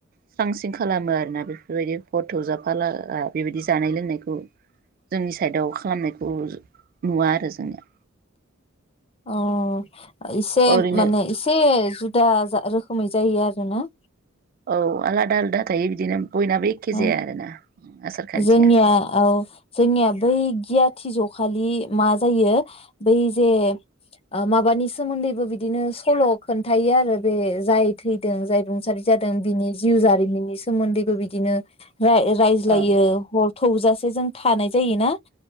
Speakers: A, on the right; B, on the left.
A: स्रां स्रिं खालामो आरोना बे बेबायदि फट जाफाला आ बेबायदि जानाय लोंनायखौ जोंनि साइडआव खालामनायखौ नुवा आरो जोंनिया
B: अ एसे
A: ओरैनो
B: माने एसे जुदा जा रोखोमै जायो आरो योना
A: औ आलादा आलादा थायो बिदिनो बयनाबो एखे
B: औ
A: जाया आरोना आसार खान्थिया
B: जोंनिया औ जोंनिया बै गियाथि ज खालि मा जायो बै जे ओ माबानि सोमोन्दैबो बिदिनो सल खोन्थायो आरो बे जाय थैदों जाय रुंसारि जादों बिनि जिउ जारिमिननि सोमोन्दैबो बिदिनो राय राय ज्लायो
A: औ
B: ह थौजासे जों थानाय जायोना